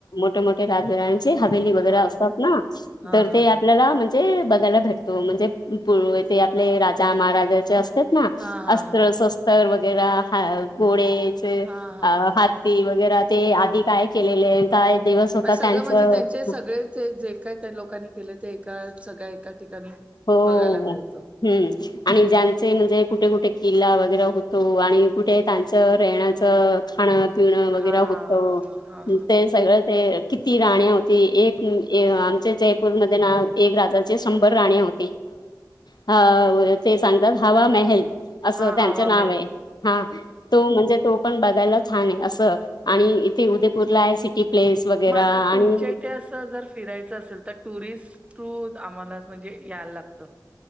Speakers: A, on the left (about 70°); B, on the right (about 15°).
A: मोठे मोठे राजे राणी चे, हवेली वगैरे
B: हा
A: असतात ना?
B: हा
A: तर
B: हा
A: ते आपल्याला
B: हा
A: म्हण ते बघायला भेटतो, म्हणजे पूर्वी तेआपले राजा महाराजाचे अस तात ना,
B: हा हा
A: अस्र
B: हा हा हा
A: शस्त्र वैगेरे गोळे चे
B: हा हा
A: हात
B: हा हा
A: ती वगैरे ते आधी काय केलेले. काय दिवस, होता
B: सगळं
A: त्यांचं
B: म्हणजे, त्यांचे सगळे ते जे काय त्या लोकांनी केलं ते एका, सगळ्या एका ठिकाणी,
A: हो
B: बघायला मिळतं
A: हम्म. आणि ज्यांचे म्हणजे कुठे कुठे किल्ला वगैरे होतो, आणि कुठे त्यांच राहण्याचं, खाण पिणं वगैरे
B: हा
A: होतं,
B: हा हा हा हा
A: ते सगळं ते किती राण्या होती, एक आमच्या जयपूरमध्ये ना एक राजाचे शंभर राण्या होती. हे अ ते सांगतात हवा महल. असं
B: हा
A: त्यांचं
B: हा हवा
A: नावे,
B: मेल
A: हा तो म्हणजे तो पण बघायला छाने असं, आणि इथे उदयपूरला आहे सिटी प्लेस. वगैरे
B: म आता,
A: आणि
B: तुमच्या इथे असं जर फिरायचं असेल त, टुरिस्ट टू आम्हाला म्हणजे, यायला लागतं.